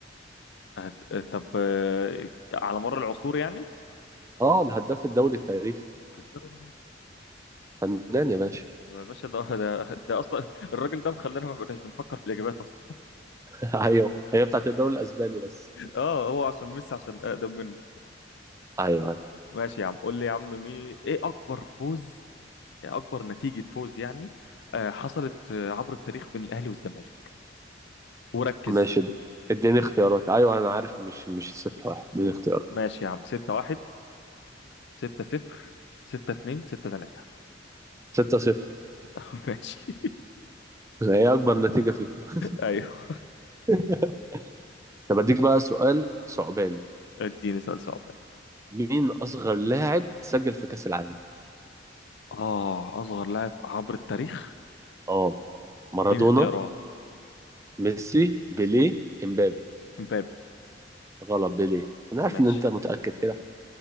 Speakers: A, on the left; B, on the right.
A: هد- آه، طب آه، على مر العصور يعني
B: أه الهداف الدولي التاريخي
A: كريستيانو رونالدو
B: فنان يا باشا
A: يا باشا ده ده, ده اصلا <laughs> الراجل ده مخلانا ما بقناش بنفكر في الاجابات اصلا
B: <laughs> أيوه هي بتاعت الدوري الأسباني بس
A: اه هو عشان ميسي عشان اقدم منه
B: أيوه أيوه
A: ماشي يا عم قول لي يا عم مين ايه اكبر فوز إيه اكبر نتيجة فوز يعني آه، حصلت آه، عبر التاريخ بين الاهلي والزمالك وركز
B: ماشي اديني اختيارات أيوه أنا عارف مش مش 6 1 اديني اختيارات
A: ماشي يا عم 6 1 6 0 6 2 6 3
B: 6 0
A: <laughs> ماشي
B: هي أكبر نتيجة فيفا
A: ايوه
B: <laughs> طب أديك بقى سؤال صعباني
A: اديني سؤال صعب
B: مين أصغر لاعب سجل في كأس العالم
A: اه اصغر لاعب عبر التاريخ
B: اه مارادونا
A: اديني اختيارات
B: ميسي بيليه امبابي
A: امبابي
B: غلط بيليه انا عارف
A: ماشي
B: ان انت متأكد كده